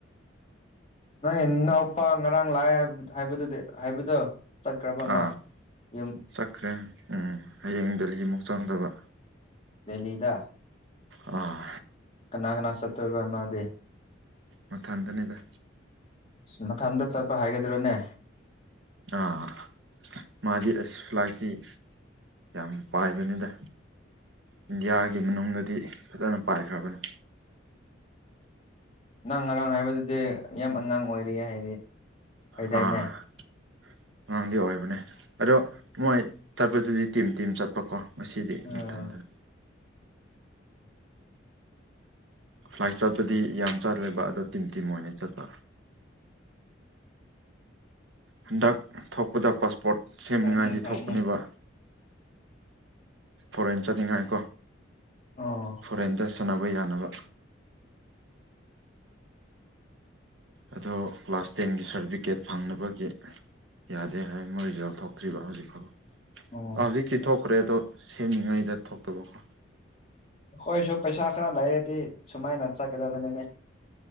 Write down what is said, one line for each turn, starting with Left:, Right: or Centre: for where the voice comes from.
Left: ꯅꯪ ꯏꯅꯥꯎꯄꯥ ꯉꯔꯥꯡ ꯂꯥꯛꯑꯦꯗꯨ ꯍꯥꯏꯕꯗꯣ ꯆꯠꯈ꯭ꯔꯕ ꯃꯥ
Right: ꯑꯥ
Left: ꯌꯨꯝ
Right: ꯆꯠꯈ꯭ꯔꯦ ꯎꯝ ꯍꯌꯦꯡ ꯗꯦꯜꯂꯤꯃꯨꯛ ꯆꯪꯗꯕ
Left: ꯆꯂꯤꯗ
Right: ꯑꯥ
Left: ꯀꯅꯥ ꯀꯅꯥ ꯁꯠꯇꯣꯏꯕ ꯃꯥꯗꯤ
Right: ꯃꯊꯟꯗꯅꯦꯒ
Left: ꯃꯊꯟꯇ ꯆꯠꯄ ꯍꯥꯏꯒꯗ꯭ꯔꯣꯅꯦ
Right: ꯑꯥ ꯃꯥꯗꯤ ꯑꯁ ꯐ꯭ꯂꯥꯏꯠꯇꯤ ꯌꯥꯝ ꯄꯥꯏꯕꯅꯤꯗ ꯏꯟꯗꯤꯌꯥꯒꯤ ꯃꯅꯨꯡꯗꯗꯤ ꯐꯖꯅ ꯄꯥꯏꯈ꯭ꯔꯕꯅꯤ
Left: ꯅꯪ ꯉꯔꯥꯡ ꯍꯥꯏꯕꯗꯨꯗꯤ ꯌꯥꯝ ꯑꯉꯥꯡ ꯑꯣꯏꯔꯤ ꯍꯥꯏꯗꯤ ꯀꯗꯥꯏꯅꯦ
Right: ꯑꯥ ꯑꯉꯥꯡꯗꯤ ꯑꯣꯏꯕꯅꯦ ꯑꯗꯣ ꯃꯣꯏ ꯆꯠꯄꯗꯨꯗꯤ ꯇꯤꯝ ꯇꯤꯝ ꯆꯠꯄꯀꯣ ꯉꯁꯤꯗꯤ
Left: ꯑꯣ
Right: ꯑꯝꯊꯟꯗꯅ ꯐ꯭ꯂꯥꯏꯠ ꯆꯠꯄꯗꯤ ꯌꯥꯝ ꯆꯥꯗ꯭ꯔꯦꯕ ꯑꯗꯣ ꯇꯤꯝ ꯇꯤꯝ ꯑꯣꯏꯅ ꯆꯠꯄ ꯍꯟꯗꯛ ꯊꯣꯛꯄꯗ ꯄꯥꯁꯄꯣꯔꯠ ꯁꯦꯝꯅꯤꯉꯥꯏꯗꯤ
Left: ꯐꯩꯅꯦ ꯐꯩꯅꯦ
Right: ꯊꯣꯛꯄꯅꯦꯕ ꯐꯣꯔꯦꯟ ꯆꯠꯅꯤꯡꯉꯥꯏ ꯀꯣ
Left: ꯑꯣ
Right: ꯐꯣꯔꯦꯟꯗ ꯁꯥꯟꯅꯕ ꯌꯥꯅꯕ ꯑꯗꯣ ꯀ꯭ꯂꯥꯁ ꯇꯦꯟꯒꯤ ꯁꯥꯔꯇꯤꯐꯤꯀꯦꯠ ꯐꯪꯅꯕꯒꯤ ꯌꯥꯗꯦ ꯍꯥꯏ ꯃꯣꯏꯖꯦꯜ ꯊꯣꯛꯈ꯭ꯔꯤꯕ ꯍꯧꯖꯤꯛꯀꯥꯎ
Left: ꯑꯣ
Right: ꯍꯧꯖꯤꯛꯇꯤ ꯊꯣꯛꯈ꯭ꯔꯦ ꯑꯗꯣ ꯁꯦꯝꯃꯤꯉꯩꯗ ꯊꯣꯛꯇꯕꯀꯣ
Left: ꯑꯩꯈꯣꯏꯁꯨ ꯄꯩꯁꯥ ꯈꯔ ꯂꯩꯔꯗꯤ ꯁꯨꯃꯥꯏꯅ ꯆꯠꯀꯗꯕꯅꯤꯅꯦ